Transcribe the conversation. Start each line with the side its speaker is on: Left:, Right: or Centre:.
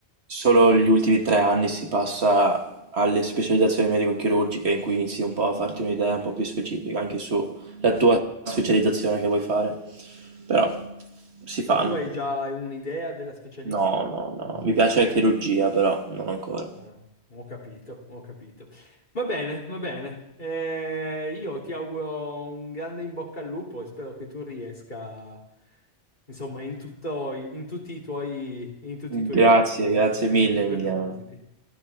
Right: Solo gli ultimi tre anni si passa alle specializzazioni medico-chirurgiche in cui inizi un po' a farti un'idea un po' più specifica anche sulla tua specializzazione che vuoi fare. Però si fanno.
Left: E tu hai già un'idea della specialistica?
Right: No, no, no.
Left: No,
Right: Mi piace la
Left: Ah,
Right: chirurgia, però non ancora.
Left: ah, ho capito, ho capito. Va bene, va bene. Eh, io ti auguro un grande in bocca al lupo e spero che tu riesca, insomma, in tutto, in tutti i tuoi, in tutti i tuoi
Right: Grazie,
Left: propositi,
Right: grazie
Left: in
Right: mille,
Left: tutti i tuoi
Right: Emiliano.
Left: propositi.